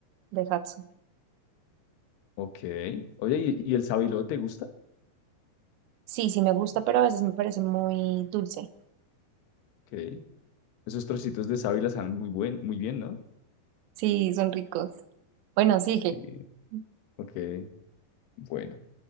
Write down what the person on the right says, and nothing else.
de Hatsu.
Sí, sí me gusta, pero a veces me parece muy dulce.
Sí, son ricos. Bueno, sigue.
<laughs>